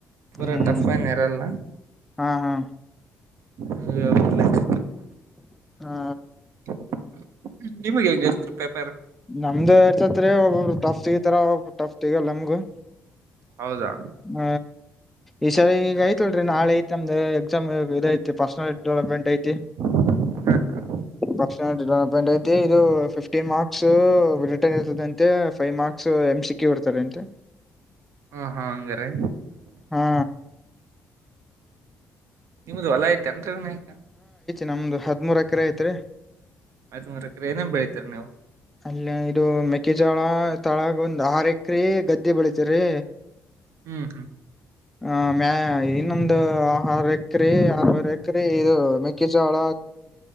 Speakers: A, on the right; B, in the centre.
A: ಪೂರಾ
B: ಹ್ಮ್
A: ಟಫ್ ಎನ್ಯೂರಲ್ಲ
B: ಹಾ ಹಾ
A: ಒಂದು ಲೇಕ್
B: ಹಾ
A: <unintelligible> ನಿಮ್ಗೆ ಹೆಂಗೆ ಇರುತ್ತೆ ಪೇಪರ್
B: ನಮ್ದು ಇರ್ತತ್ರಿೀ ಒಬ್ರು ಟಫ್ ಸಿಗತಾರ ಒಬ್ ಟಫ್ ಸಿಗಲ್ಲ ನಮಗೂ
A: ಹೌದಾ
B: ಹ್ಮ ಈ ಸರಿ ಈಗ ಐತಿಲ್ರಿ ನಾಳೆ ಐತೆ ನಮ್ದ್ ಎಕ್ಸಾಮ ಇದ ಐತಿ ಪರ್ಸನಲ್ ಡೆವಲಪ್ಮೆಂಟ್ ಐತಿ
A: ಹ್ಮ ಹ್ಮ
B: ಪರ್ಸನಲ್ ಡೆವಲಪ್ಮೆಂಟ್ ಐತಿ ಇದು ಫಿಫ್ಟೀನ್ ಮಾರ್ಕ್ಸ್ ರಿಟನ್ ಇರ್ತದಂತೆ ಫೈವ್ ಮಾರ್ಕ್ಸ್ ಎಂ ಸಿಿಕಿ ಕೊಡ್ತಾರೆ ಅಂತೆ
A: ಹಾ ಹಾ ಹಂಗಾರೆ
B: ಹಾ
A: ನಿಮ್ದ ಹೊಲ ಆಯ್ತ ಎಂತಿನಾಯ್ಕ
B: ನಮ್ಮ ಹದಿಮೂರು ಎಕರೆ ಐತ್ರಿ
A: ಹದಿಮೂರು ಎಕರೆ ಏನೇನ್ ಬೆಳಿತೀರಿ ನೀವು
B: ಅಲ್ಲಿ ಇದು ಮೆಕ್ಕೆಜಳ ತಾಳಗ ಒಂದ್ ಆರ್ ಎಕ್ರ ಗಡೆ ಮ್ದೆ ಬೆಳತ ರೀ
A: ಹ್ಮ್ ಹ್ಮ್
B: ಆ ಮ್ಯಾ ಇನ್ನೊಂದು ಹಾರು ಎಕ್ರ ಆರವರ್ ಎಕ್ರ ಇದು ಮೆಕ್ಕೆಿಜಳ